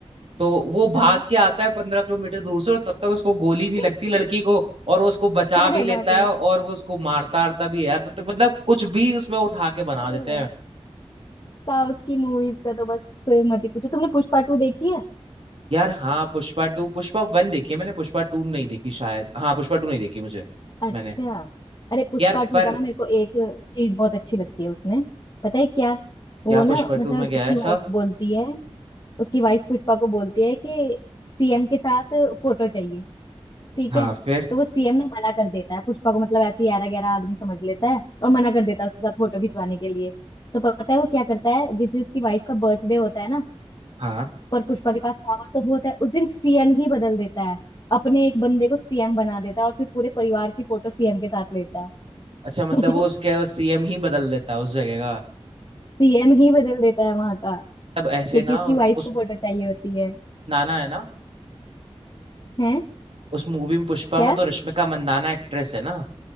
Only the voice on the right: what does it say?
तो वो भाग
के आता है पंद्रह किलोमीटर दूर से और तब तक उसको गोली
नहीं लगती लड़की को और वो उसको बचा
भी लेता
है
और वो उसको मारता आरता भी है यार तब तक मतलब कुछ भी उसमें उठा के बना
देते
हैं
यार हाँ पुष्पा टू पुष्पा वन देखी है मैंने पुष्पा टू नहीं देखी शायद हाँ पुष्पा टू नहीं देखी मुझे
मैंने
यार
पर
क्या
पुष्पा
टू में गया
है ऐसा
हाँ
फिर
हाँ
अच्छा मतलब
वो
उसके सीएम ही बदल देता है उस जगह का
तब ऐसे
ना
उस
नाना है ना
उस मूवी में पुष्पा
में तो रश्मिका मंदाना एक्ट्रेस है ना